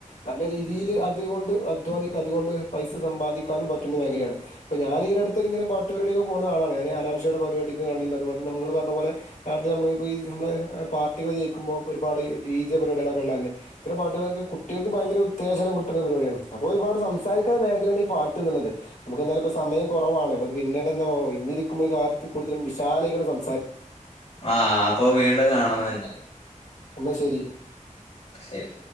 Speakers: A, on the left (about 80°); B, on the left (about 60°).
A: നല്ല രീതിയിയില് അതുകൊണ്ട് അധ്വാനിക്ക അതുകൊണ്ട് പൈസ സമ്പാദിക്കാനും പറ്റുന്ന മേഖലയാണ്. അപ്പ ഞാൻ ഈ അടുത്ത് ഇടയ്ക്ക് പാട്ടുപരുപാടിക്ക് പോണ ആളാണ് ഞാൻ ഈ ഹനാൻ ഷായുടെ പരിപാടിയൊക്കെ കണ്ടിട്ടുണ്ട്. അതുപോലെ നിങ്ങൾ പറഞ്ഞ പോലെ നാട്ടില് നമ്മപ്പോ ഈ നമ്മെ പാട്ടുകള് കേൾക്കുമ്പോൾ ഒരുപാട് ഡി. ജെ പരിപാടികൾ ഒക്കെ കണ്ടതല്ലേ?. ഇത്തരംപാട്ടുക്കൾക്ക് കുട്ടികൾക്ക് ഭയങ്കര ഉത്തേജനം കിട്ടുന്ന പരിപാടിയാണത്. അപ്പോ ഒരുപാട് സംസാരിക്കുന്ന മേഖലയാണ്ഈ പാട്ട് എന്നുള്ളത്. നമ്മുക്ക് എന്നാലും സമയം കുറവാണ് നമ്മുക്ക് പിന്നീട് എന്താ ഇഞ്ഞിരിക്കുമ്പോൾ കാലത്ത് കൂടുതല വിശാല സം
B: ആ അപ്പൊ വീണ്ടും കാണണം എന്നാ.
A: എന്നാ ശരി.
B: ശരി